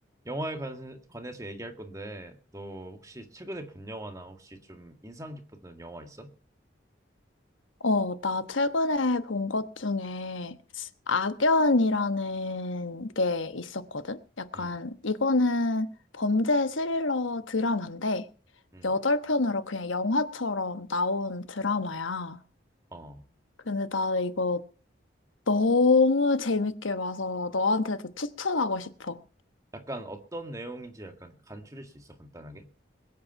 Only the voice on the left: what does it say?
어, 나 최근에 본 것 중에 악연이라는 게 있었거든? 약간,
이거는 범죄 스릴러 드라마인데,
여덟 편으로 그냥 영화처럼 나온 드라마야.
근데 나 이거 너무 재밌게 봐서 너한테도 추천하고 싶어.